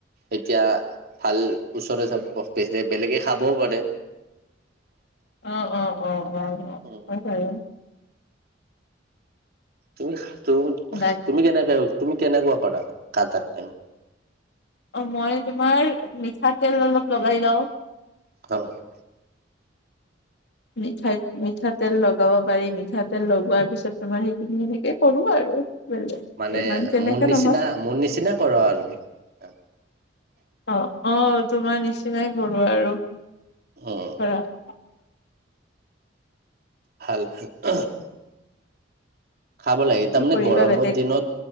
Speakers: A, on the right; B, on the left.
A: এতিয়া ভাল ওচৰে <unintelligible> বেলেগে খাবও পাৰে। <unintelligible>
B: অঁ-অঁ-অঁ-অঁ-অঁ,
A: উম
B: হয় বাৰু। <unintelligible>
A: <unintelligible>
B: বাক
A: তুমি কেনেকে তুমি কেনেকুৱা পালা কাটা <unintelligible>
B: অঁ! মই তোমাৰ মিঠাতেল অলপ লগাই লওঁ। <unintelligible>
A: আৰু <unintelligible>
B: মিঠাইত <unintelligible> মিঠাতেল লগাব পাৰি, মিঠাতেল লগোৱাৰ পিছত তোমাৰ সেইখিনি এনেকে কৰো আৰু। <inaudible>
A: মানে
B: ইমান তেনেকে
A: মোৰ নিচিনা,
B: নহয়
A: মোৰ নিচিনা কৰ আৰু নেকি <unintelligible>
B: অঁ-অঁ! তোমাৰ নিচিনাই কৰোঁ আৰু। <unintelligible>
A: অঁ <unintelligible>
B: পৰা <unintelligible>
A: ভাল <unintelligible> খাব লাগে।
B: কি
A: তাৰমানে
B: কৰিবা
A: গৰমৰ
B: বেলেগ
A: দিনত,